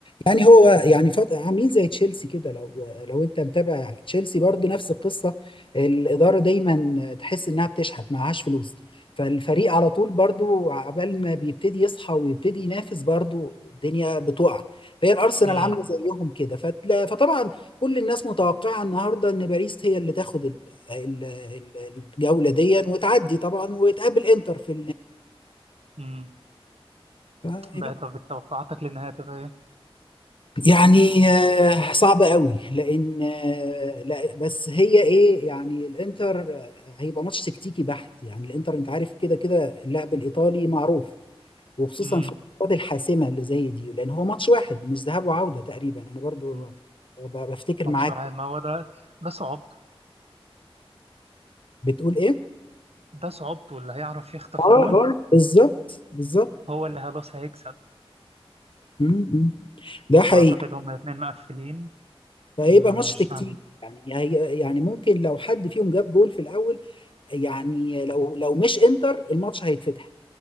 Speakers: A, on the left; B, on the right.
A: يعني هو يعني فط... عاملين زي تشيلسي كده لو لو انت متابع تشيلسي برضو نفس القصه الاداره دايما تحس انها بتشحت معهاش فلوس فالفريق على طول برضو عقبال ما بيبتدي يصحى ويبتدي ينافس برضو الدنيا بتقع فهي الارسنال
B: امم
A: عامله زيهم كده فتلا... فطبعا كل الناس متوقعه النهارده ان باريس هي اللي تاخد ال... ال... ال- الجوله دي وتعدي طبعا وتقابل انتر في
B: امم
A: النهائي
B: بقى طب توقعاتك للنهايه تبقى ايه
A: يعني آه، صعبة قوي لأن آه، لا بس هي إيه يعني الإنتر آه، هيبقى ماتش تكتيكي بحت يعني الإنتر أنت عارف كده كده اللاعب الإيطالي معروف وخصوصا
B: امم
A: في الماتشات الحاسمة اللي زي دي لأن هو ماتش واحد مش ذهاب وعودة تقريبا أنا برضو
B: أمم.
A: ب- بفتكر
B: ماتش
A: معاك
B: واحد ما هو ده ده صعوبته
A: بتقول إيه؟
B: ده صعوبته اللي هيعرف يخطف
A: اه
B: جون
A: اه بالظبط بالظبط
B: هو اللي خلاص هيكسب
A: م- م. ده حقيقي
B: واعتقد هما الاثنين مقفلين
A: فهيبقى
B: أمم،
A: ماتش
B: مش
A: تكتيكي
B: هم.
A: يعني هي- يعني ممكن لو حد فيهم جاب جول في الأول يعني لو لو مش إنتر الماتش هيتفتح